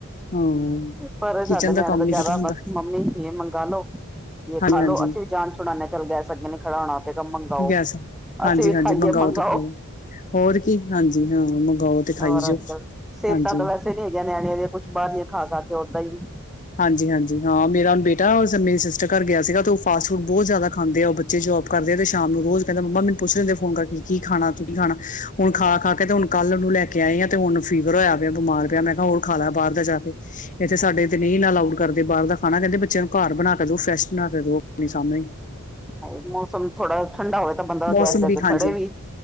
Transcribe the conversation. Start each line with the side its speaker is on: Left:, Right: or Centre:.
Left: ਹਾਂ
Centre: ਪਰ
Left: ਕਿਚਨ
Centre: ਸਾਡੇ ਨਿਆਣੇ
Left: ਕੰਮ
Centre: ਦਾ ਜ਼ਿਆਦਾ
Left: ਨੀ ਖਤਮ ਹੁੰਦਾ
Centre: ਬਸ, ਮੰਮੀ ਇਹ ਮੰਗਾ ਲੋ ਜੇ
Left: ਹਾਂਜੀ
Centre: ਖਾਲੋ।
Left: ਹਾਂਜੀ
Centre: ਅਸੀਂ ਵੀ ਜਾਨ ਛੁਡਾਨੇ ਚੱਲ, ਗੈ ਸਕਦੇ ਨੇ। ਖੜਾਣਾ ਪਏਗਾ ਮੰਗਾਓ,
Left: ਗੈਸ ਹਾਂਜੀ
Centre: ਅਸੀਂ ਵੀ
Left: ਹਾਂਜੀ
Centre: ਖਾਈਏ
Left: ਮੰਗਵਾਓ
Centre: ਮੰਗਾਓ।
Left: ਤੇ ਖਵਾਓ ਹੋਰ ਕੀ ਹਾਂਜੀ ਹਾਂ ਮੰਗਵਾਓ ਤੇ ਖਾਈ
Centre: ਹੋਰ
Left: ਜਾਓ
Centre: ਅੱਜ-ਕੱਲ੍ਹ, ਸਿਹਤਾਂ
Left: ਹਾਂਜੀ
Centre: ਤਾਂ ਵੈਸੇ ਨੀ ਹੈਗੀਆਂ ਨਿਆਣੀਆਂ ਦੀਆਂ। ਕੁੱਛ ਬਾਹਰ ਦੀਆਂ ਖਾ-ਖਾ ਓਦਾਂ ਈ ਵੀ।
Left: ਹਾਂਜੀ-ਹਾਂਜੀ ਹਾਂ, ਮੇਰਾ ਬੇਟਾ ਉਹ ਮੇਰੀ ਸਿਸਟਰ ਘਰ ਗਿਆ ਸੀਗਾ ਤੇ ਉਹ ਫਾਸਟ-ਫੂਡ ਬਹੁਤ ਜ਼ਿਆਦਾ ਖਾਂਦੇ ਆ, ਉਹ ਬੱਚੇ ਜੋਬ ਕਰਦੇ ਆ ਤੇ ਸ਼ਾਮ ਨੂੰ ਰੋਜ਼ ਕਹਿੰਦਾ, ਮੰਮਾ ਮੈਨੂੰ ਪੁੱਛ ਲੈਂਦੇ ਫੋਨ ਕਰਕੇ, ਕੀ ਖਾਣਾ, ਤੂੰ ਕੀ ਖਾਣਾ। ਹੁਣ ਖਾ-ਖਾ ਕੇ ਤੇ ਹੁਣ ਕੱਲ੍ਹ ਨੂੰ ਲੈ ਕੇ ਆਈ ਆ ਤੇ ਹੁਣ ਫੀਵਰ ਹੋਇਆ ਪਿਆ, ਬਿਮਾਰ ਪਿਆ। ਮੈਂ ਕਿਹਾ, ਹੋਰ ਖਾਲਾ ਬਾਰ ਦਾ ਜਾਕੇ। ਇੱਥੇ ਸਾਡੇ ਤੇ ਨੀ ਨਾ, ਅਲਾਊਡ ਕਰਦੇ ਬਾਹਰ ਦਾ ਖਾਣਾ। ਕਹਿੰਦੇ ਬੱਚਿਆਂ ਨੂੰ ਘਰ ਬਣਾਕੇ ਦੋ। ਫੈਸ਼ ਬਣਾ ਕੇ ਦੋ, ਆਪਣੇ ਸਾਮਣੇ ਈ।
Centre: ਹਾਏ ਮੌਸਮ ਥੋੜਾ ਜਿਹਾ ਠੰਡਾ ਹੋ ਤਾਂ ਬੰਦਾ
Left: ਮੌਸਮ
Centre: ਗੈਸ ਦੇ
Left: ਹਾਂਜੀ
Centre: ਖੜੇ ਵੀ।